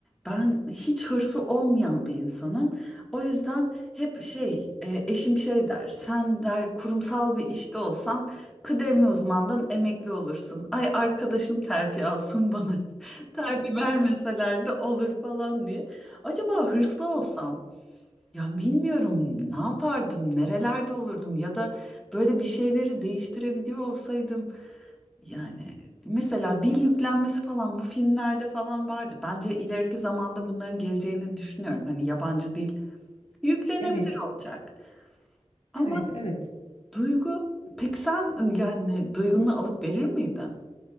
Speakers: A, in the centre; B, on the left.
A: Ben hiç hırsı olmayan bir insanım. O yüzden hep şey, e, eşim şey der. Sen der kurumsal bir işte olsan kıdemli uzmandan emekli olursun. Ay arkadaşım terfi alsın bana. <laughs> Terfi vermeseler de olur falan diye. Acaba hırslı olsam ya bilmiyorum ne yapardım, nerelerde olurdum ya da böyle bir şeyleri değiştirebiliyor olsaydım yani mesela dil yüklenmesi falan bu filmlerde falan vardı. Bence ileriki zamanda bunların geleceğini düşünüyorum. Hani yabancı dil yüklenebilir
B: Evet,
A: olacak. Ama
B: evet, evet.
A: duygu peki sen yani duygunu alıp verir miydin?